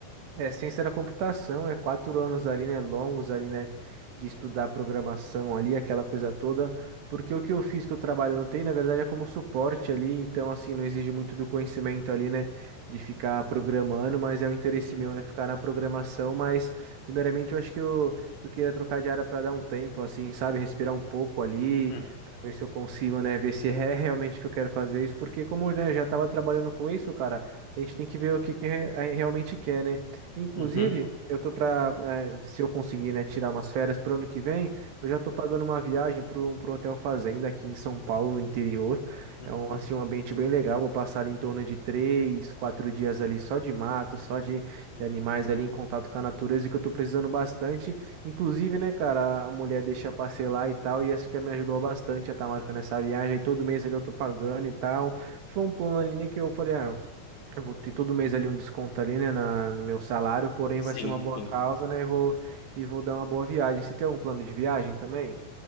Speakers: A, on the right; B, on the left.
A: É, ciência da computação, é quatro anos ali, né, longos ali, né, de estudar programação ali, aquela coisa toda, porque o que eu fiz que eu trabalho não tem, na verdade, é como suporte ali, então, assim, não exige muito do conhecimento ali, né, de ficar programando, mas é o interesse
B: <laughs>
A: meu, né, ficar na programação, mas, primeiramente, eu acho que eu, que eu queria trocar de área para dar um tempo, assim, sabe, respirar um pouco ali,
B: Uhum,
A: para ver se eu consigo, né, ver se é <laughs> realmente que eu quero fazer isso, porque como, né, eu já estava trabalhando com isso, cara, a gente tem que ver o que que re- a- realmente quer, né, Inclusive,
B: uhum, uhum,
A: eu tô pra, eh, se eu conseguir, né, tirar umas férias pro ano que vem, eu já tô pagando uma viagem pro, pro Hotel Fazenda aqui em São Paulo, no interior.
B: uhum,
A: É um, assim, um ambiente bem legal. Vou passar em torno de três, quatro dias ali só de mato, só de,
B: uhum.
A: de animais ali em contato com a natureza, que eu tô precisando bastante. Inclusive, né, cara, a mulher deixa parcelar e tal, e essa que me ajudou bastante a estar marcando essa viagem. Aí todo mês ali eu tô pagando e tal. Foi um plano ali, né, que eu falei, ah, eu vou ter todo mês ali um desconto ali, né, na, no meu salário, porém
B: Sim,
A: vai ser uma boa
B: sim.
A: causa, né? E vou, e vou dar uma boa viagem. Você tem algum plano de viagem também?